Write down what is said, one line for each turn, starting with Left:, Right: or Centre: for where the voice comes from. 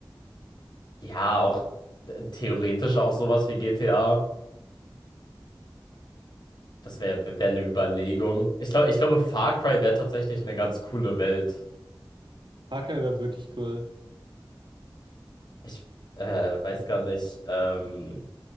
Left: ja, auch äh, theoretisch auch sowas wie GTA. Das wäre wär wär eine Überlegung. Ich glaube, ich glaube, Far Cry wäre tatsächlich eine ganz coole Welt.
Right: Parker wäre wirklich cool.
Left: Ich äh, weiß gar nicht. Ähm,